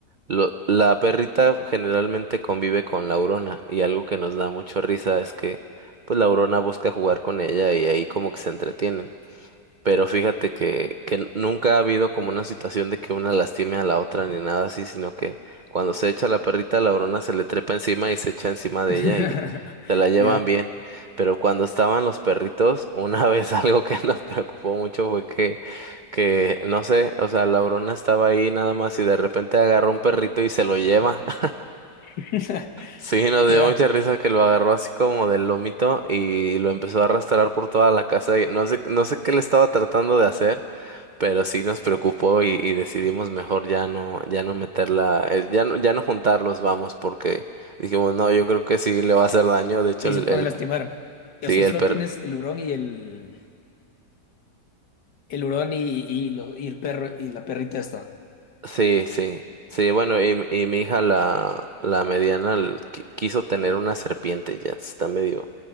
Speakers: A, on the right; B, on the left.
A: lo- la perrita generalmente convive con la Aurona y algo que nos da mucha risa es que pues la Aurona busca jugar con ella y ahí como que se entretienen. Pero fíjate que, que nunca ha habido como una situación de que una lastime a la otra ni nada así, sino que cuando se echa la perrita, la brona se le trepa encima y se echa encima de
B: <laughs>
A: ella y se la llevan
B: Ya.
A: bien. Pero cuando estaban los perritos, una <laughs> vez algo que nos preocupó mucho fue que, que no sé, o sea, la brona estaba ahí nada más y de repente agarró un perrito y se lo lleva. <laughs>
B: <laughs>
A: Sí, nos
B: Ya.
A: dio mucha risa que lo agarró así como del lomito y lo empezó a arrastrar por toda la casa y no sé, no sé qué le estaba tratando de hacer pero sí nos preocupó y, y decidimos mejor ya no, ya no meterla, eh, ya no, ya no juntarlos, vamos, porque dijimos, no, yo creo que sí le va a hacer daño, de hecho,
B: Y
A: el,
B: se pone
A: el-
B: a lastimar. Y,
A: sí,
B: O sea,
A: el
B: y solo
A: per,
B: tienes el hurón y el, el hurón y, y, lo- y el perro y la perrita esta.
A: sí, sí, sí, bueno, y, y mi hija, la, la mediana, l- qui- quiso tener una serpiente, ya está medio,